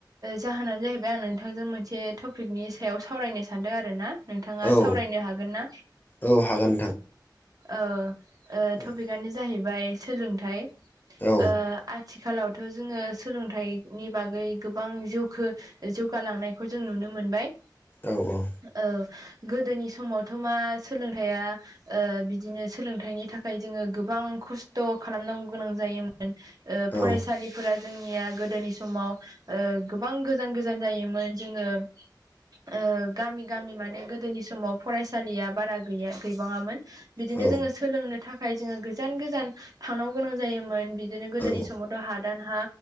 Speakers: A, on the right; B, on the left.
A: जाहोनानो जाहैबाय आं नोंथांजों मोनसे टपिकनि सायाव सावरायनो सानदों आरो ना। नोंथाङा
B: औ
A: सावरायनो हागोन ना
B: औ हागोन
A: ओ ओ
B: नोंथां
A: टपिकआनो जाहैबाय सोलोंथाइ
B: औ
A: ओ आथिखालावथ' जोङो सोलोंथाइनि बागै गोबां जौखो ओजौगालांनायखौ जों नुनो मोनबाय।
B: औ औ।
A: ओ गोदोनि समावथ' मा सोलोंथाइया ओ बिदिनो सोलोंथाइनि थाखाय जोङो गोबां खस्थ' खालामनांगौ गोनां जायोमोन। ओ फरायसालिफोरा
B: औ
A: जोंनिया गोदोनि समाव ओ गोबां गोजान गोजान जायोमोन। जोङो ओ गामि गामि माने गोदोनि समाव फरायसालिया बारा गैया गैबाङामोन बिदिनो
B: औ
A: जोङो। सोलोंनो थाखाय जोङो गोजान गोजान थांनांगौ गोनां जायोमोन बिदिनो गोदोनि
B: औ
A: समावथ' हादान हा